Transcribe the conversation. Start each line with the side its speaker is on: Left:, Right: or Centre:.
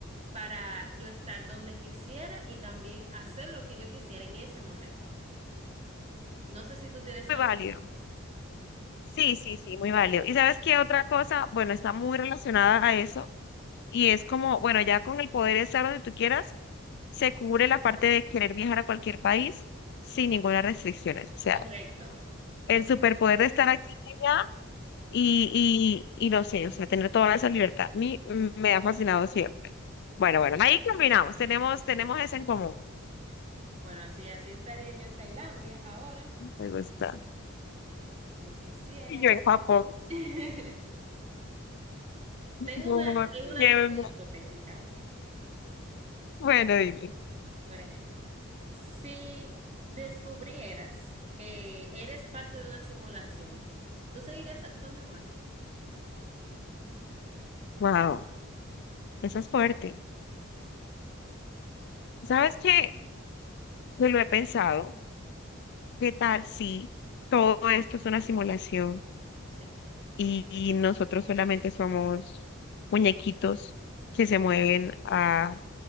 Right: para yo estar donde quisiera y también hacer lo que yo quisiera en ese momento. No sé si tú tienes
Left: Muy
Right: la
Left: válido.
Right: misma idea.
Left: Sí, sí, sí, muy válido. ¿Y sabes qué otra cosa? Bueno, está muy relacionada a eso y es como, bueno, ya con el poder de estar donde tú quieras, se cubre la parte de querer viajar a cualquier país sin ninguna restricción. O sea,
Right: Correcto.
Left: el superpoder de estar aquí y allá y, y, y no sé, o sea, tener toda esa libertad. A mí mm, me ha fascinado siempre. Bueno, bueno, ahí combinamos, tenemos, tenemos eso en común.
Right: Bueno, así, así estaría yo en Tailandia ahora,
Left: Me gusta.
Right: como quisiera.
Left: Y yo en Japón.
Right: <laughs>
Left: Por
Right: Tengo
Left: favor,
Right: una, tengo una
Left: llévenme.
Right: situación hipotética ahora.
Left: Bueno, dime.
Right: Por ejemplo, si descubrieras que eres parte de una simulación, ¿tú seguirías actuando igual?
Left: Wow, esa es fuerte. ¿Sabes qué? Yo lo he pensado. ¿Qué tal si todo esto es una simulación
Right: Sí.
Left: y, y nosotros solamente somos muñequitos que se mueven a